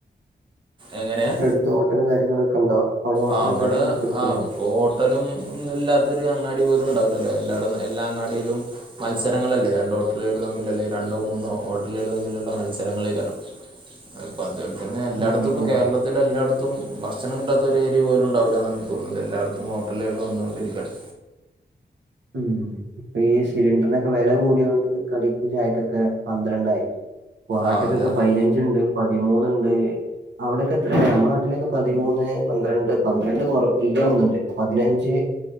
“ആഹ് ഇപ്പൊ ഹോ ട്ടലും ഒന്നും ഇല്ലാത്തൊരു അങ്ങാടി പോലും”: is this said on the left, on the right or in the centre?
Right